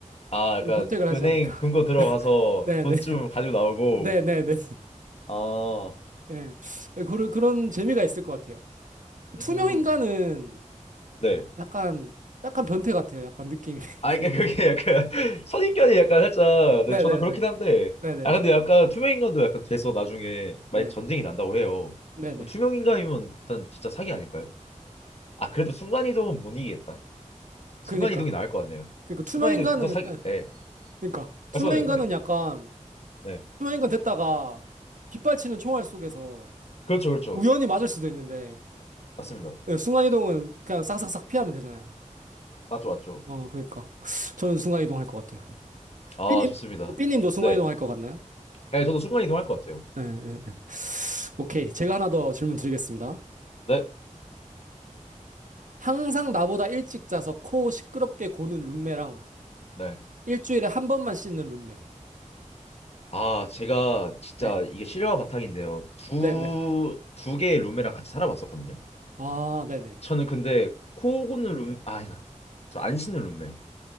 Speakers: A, on the left (about 50°); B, on the right (about 75°).
A: 아,
B: 그런
A: 그러니까
B: 선택을 하지
A: 은행
B: 않을까.
A: 금고 들어가서
B: 네네.
A: 돈 좀 가지고 나오고.
B: 네네네. <laughs> 네. 네,
A: 아,
B: 네. 네. 네, 그런, 그런 재미가 있을 것 같아요.
A: 음.
B: 투명 인간은
A: 네.
B: 약간, 약간 변태 같아요. 약간 느낌이. <laughs>
A: 아, 그러니까 그게 약간 <laughs> 선입견이 약간 살짝.
B: 네네네.
A: 네, 저도 그렇긴 한데.
B: 네네.
A: 아, 근데 약간 투명인간도 약간 돼서 나중에 만약
B: 네.
A: 전쟁이 난다고 해요.
B: 네네.
A: 뭐 투명인간이면 일단 진짜 사기 아닐까요? 아, 그래도 순간이동은 못 이기겠다. 순간이동이
B: 그니까.
A: 나을 것 같네요.
B: 그니까 투명
A: 순간이동이
B: 인간은,
A: 좀 더 사기.
B: 예.
A: 예.
B: 그니까. 투명
A: 말씀하세요.
B: 인간은
A: 네.
B: 약간,
A: 네.
B: 투명 인간 됐다가 빗발치는 총알 속에서
A: 그렇죠, 그렇죠.
B: 우연히 맞을 수도 있는데,
A: 맞습니다.
B: 예, 순간이동은 그냥 싹싹싹 피하면 되잖아요.
A: 맞죠, 맞죠.
B: 어, 그니까. 저는 순간이동 할 것 같아요.
A: 아,
B: 삐님,
A: 좋습니다.
B: 삐님도 순간이동
A: 네.
B: 할 것 같나요?
A: 네, 저도 순간 이동할 것 같아요.
B: 네, 네. 오케이. 제가 하나 더 질문 드리겠습니다.
A: 네.
B: 항상 나보다 일찍 자서 코 시끄럽게 고는 룸메랑
A: 네.
B: 일주일에 한 번만 씻는 룸메.
A: 아, 제가 진짜
B: 네.
A: 이게 실화 바탕인데요. 두,
B: 네네.
A: 두 개의 룸메랑 같이 살아봤었거든요.
B: 아, 네네.
A: 저는 근데 코 고는 룸, 아, 아니다. 저 안 씻는 룸메요.